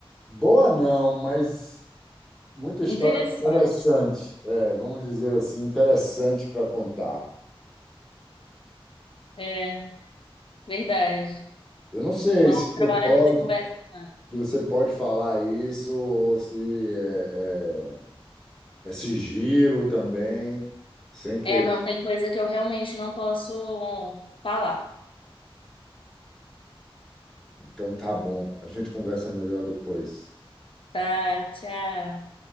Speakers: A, in the centre; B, on the left (about 60°).
A: boa, não, mas muita história
B: interessante.
A: interessante. É, vamos dizer assim, interessante para contar.
B: É, verdade.
A: Eu não sei
B: Uma
A: se
B: outra
A: você
B: hora
A: pode,
B: a gente conversa mais.
A: se você pode falar isso ou se é, é- é sigilo também, sem querer.
B: É, não, tem coisa que eu realmente não posso falar.
A: Então tá bom, a gente conversa melhor depois.
B: Tá, tchau.